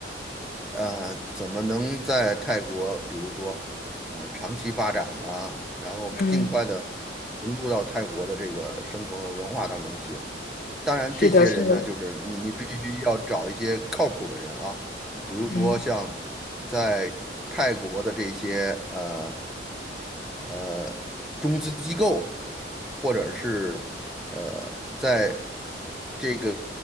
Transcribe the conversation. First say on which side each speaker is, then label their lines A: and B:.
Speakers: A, in the centre; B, on the left.
A: 呃，怎么能在泰国，比如说，呃，长期发展呢？然后尽快的
B: 嗯，
A: 融入到泰国的这个生活和文化当中去。当然，
B: 是的，
A: 这些人呢，
B: 是的，
A: 就是你，你必须要找一些靠谱的人啊，比如说像在泰国的这些呃
B: 嗯
A: 呃中资机构，或者是呃在这个